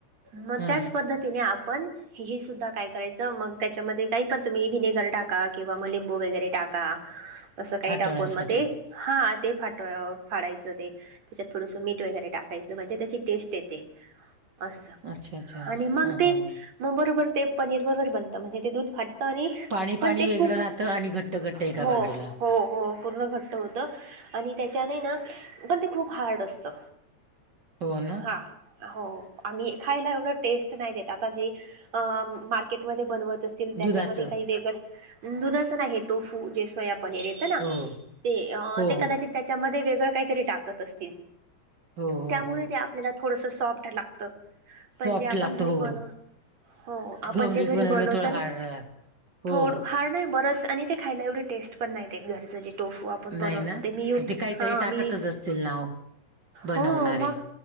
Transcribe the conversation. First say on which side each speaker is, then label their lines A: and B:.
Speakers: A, on the right; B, on the right.
A: मग
B: हा
A: त्याच पद्धतीने आपण हि हि सुद्धा काय करायचं मग त्याच्यामध्ये काही पण तुम्ही विनेगर टाका किंवा मग लिंबू वगैरे टाका. असं काही
B: फाटवण्यासाठी
A: टाकून मग ते हा ते फाटव फाडायचं ते त्याच्यात थोडंसं मीठ वगैरे टा टाकायचं म्हणजे त्याची टेस्ट येते अस
B: अच्छा अच्छा
A: आणि मग
B: हा
A: ते
B: हा.
A: मग बरोबर ते पनीर बरोबर बनत म्हणजे ते दूध फाट पनीर
B: पाणी
A: पण
B: पाणी
A: ते
B: वेगळं
A: खूप
B: राहतं
A: हो
B: आणि घट्ट घट्ट एका बाजूला
A: हो हो. पूर्ण घट्ट होतं आणि त्याच्याने ना पण ते खूप हार्ड असतं.
B: हो ना.
A: हा हो आम्ही खायला एवढं टेस्ट नाही देत आता जे अ मार्केटमध्ये बनवत अस तील त्याच्यामध्ये
B: दुधाचं
A: काही वेगळं दुधाच ना हे टोफू जे सोया पनीर ये असतं ना
B: हो
A: ते अ
B: हो
A: ते
B: हो
A: कदाचित त्याच्यामध्ये वेगळं काहीतरी टाकत असतील.
B: हो हो
A: त्यामुळे
B: हो
A: ते आपल्याला थोडंसं सॉफ्ट लागत. पण
B: सॉफ्ट
A: जे आपण
B: लागतं
A: घरी
B: हो
A: बनव हो हो आपण
B: घमरीक
A: जे घरी
B: बनवलं
A: बनवतो
B: थोडं
A: ना
B: हार्ड लाग हो
A: थोड
B: हो
A: हाय नाही बरच आणि ते खायला एवढी टेस्ट पण नाही घरचे जे टोफू आप ण बनवतो
B: नाही ना
A: ते मी <unintelligible>
B: मग काहीतरी
A: हा मी
B: <unintelligible> बनवणारे.
A: हो मग